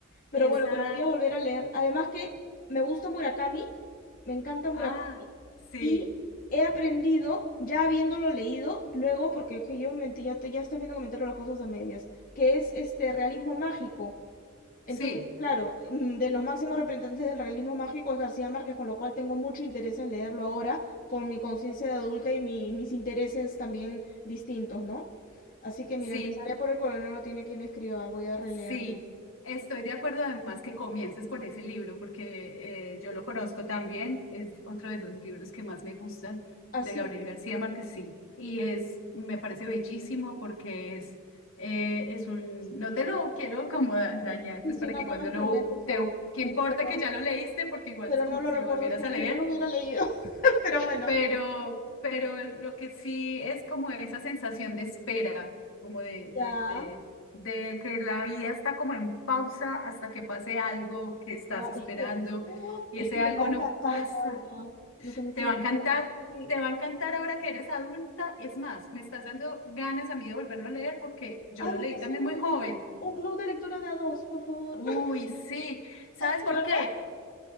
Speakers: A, on the left (about 45°); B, on the left (about 70°).
A: Pero
B: Esa.
A: bueno, que lo voy a volver a leer. Además que me gusta Murakami, me encanta Murakami,
B: Ah, sí.
A: y he aprendido, ya habiéndolo leído, luego, porque que yo mentí, ya, te- ya estás viendo comentario las cosas a medias, que es este realismo mágico. Entonces,
B: Sí,
A: claro, mm, de los máximos representantes del realismo mágico es García Márquez, con lo cual tengo mucho interés en leerlo ahora, con mi conciencia de adulta y mi- mis intereses también distintos, ¿no? Así que
B: sí.
A: mira, empezaré por el coronel no tiene quien escriba, voy a releerlo.
B: Sí, estoy de acuerdo además que comiences por ese libro, porque eh, yo lo conozco también, es otro de los libros que más me gustan
A: Así
B: de Gabriel García Márquez, sí, y es, me parece bellísimo porque es, eh, es un, no te lo quiero como da- dañar,
A: Sí,
B: pues
A: sí,
B: para
A: no,
B: que
A: no
B: cuando
A: me spoilees,
B: lo,
A: por favor.
B: te, qué
A: Tengo
B: importa
A: terror.
B: que ya lo leíste, porque igual
A: Pero
B: es como
A: no lo
B: si
A: recuerdo,
B: lo volvieras
A: es como
B: a leer,
A: si no lo hubiera leído. <laughs> Pero bueno,
B: pero, pero lo que sí es como esa sensación de espera, como de, de,
A: ya.
B: de, de que la vida está como en pausa hasta que pase algo que estás
A: Guau,
B: esperando
A: es que, oh,
B: y
A: es
B: ese
A: que
B: algo
A: me va a
B: no
A: encantar,
B: pasa.
A: Laura. Lo que me estás
B: Te va a encantar,
A: diciendo. Sí.
B: te va a encantar ahora que eres adulta. Es más, me estás dando ganas a mí de volverlo a leer porque yo
A: Ay,
B: lo
A: hay
B: leí
A: que hacer
B: también
A: un,
B: muy joven.
A: un club de lectura de a dos, por favor.
B: Uy,
A: <laughs>
B: sí. ¿Sabes
A: ¿De
B: por
A: verdad?
B: qué?